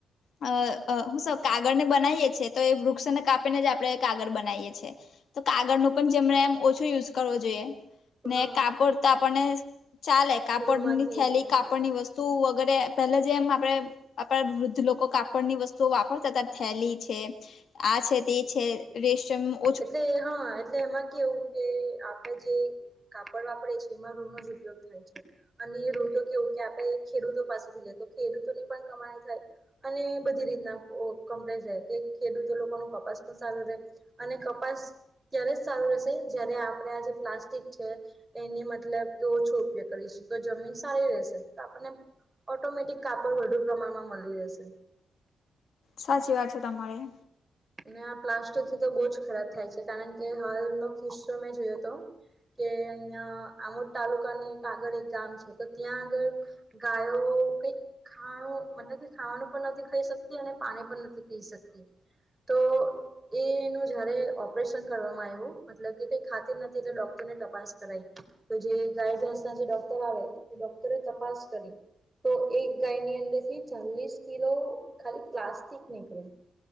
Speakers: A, on the left; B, on the right.
A: અ અ હું સ કાગળને બનાવીએ છીએ તો એ વૃક્ષોને કાપીને જ આપણે કાગળ બના બનાઈએ છીએ. તો કાગળનું પણ જેમ રે એમ ઓછો યુઝ કરવો જોઈએ. ને
B: હા
A: કાપડ તો આપણને ચાલે કાપડની
B: રૂમાંથી
A: થેલી કાપડની વસ્ તુ વગેરે પેલે જેમ આપણે આપણા વૃદ્ધ લોકો કાપડની વસ્તુઓ વાપરતાતા થેલી છે. આ છે તે છે રેશમ નું
B: એટલે હા એટલે એમાં કેવું કે આપડણે જે કાપડ વાપરીએીએ એમાં રૂ નો જ ઉપયોગ થાય છે. અને એૂ તો કેવું કે આપડણે ખેડૂતો પાસેથી લઈએ તો ખેડૂતોની પણ કમાઈ જાય. અને બધી રીતના કમ્પ્લે રહે કે ખેડૂતો લોકો ન કપાસ પણ સારું રહે અને કપાસ ત્યારે જ સારો રેશે જયારે આપને આજે પ્લાસ્ટિક છે. એની મતલબ તો ઓછો ઉપયોગ કરીશું તો જમીન સારી રહેશે તો આપને ઓટોમેટિક કાપડ વધુ પ્રમાણમાં મલી રેશે.
A: સાચી વાત છે તમારી.
B: ને આ પ્લાસ્ટિકથી તો બહુ જ ખરાબ થાય છે. કારણ કે હાલનો કિસ્સો મેં જોયો તો. કે અહિયાં આમોદ તાલુકાને કાગળ એક ગામ છે તો ત્યાં આગળ ગાયો કંઈક ખાઓ મતલબ કે ખાવાનું પણ નથી ખાઈ શકતી. અને પાણી પણ નથી પી શકતી. તો એ એનું જયારે ઓપરેશન કરવામાં આવ્યું મતલબ કે કઈ ખાતી નતી તો ડોક્ટરને તપાસ કરાઈ. તો જે ગાય, ભેંસના જે ડોક્ટર આવે. એ ડોક્ટરે તપાસ કરી. તો એક ગાયની અંદરથી ચાલીસ કિલો ખાલી પ્લાસ્ટિક નીકળ્યું.